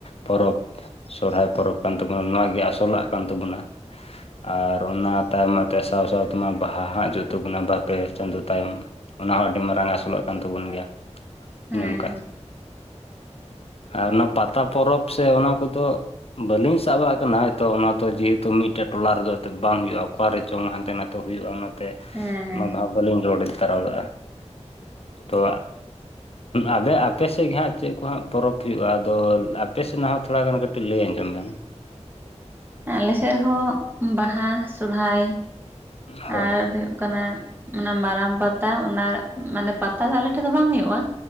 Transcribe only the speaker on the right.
ᱦᱮᱸ
<inaudible>
ᱦᱮᱸ ᱦᱮᱸ
ᱟᱞᱮ ᱥᱮᱫ ᱦᱚᱸ ᱵᱟᱦᱟ ᱥᱚᱨᱦᱟᱭ
ᱟᱨ ᱦᱩᱭᱩᱜ ᱠᱟᱱᱟ, ᱚᱱᱟ ᱢᱟᱨᱟᱝ ᱯᱟᱛᱟ ᱚᱱᱟ ᱢᱟᱱᱮ ᱯᱟᱛᱟ ᱫᱚ ᱟᱞᱮᱴᱷᱮᱱ ᱫᱚ ᱵᱟᱝ ᱦᱳᱭᱳᱜᱼᱟ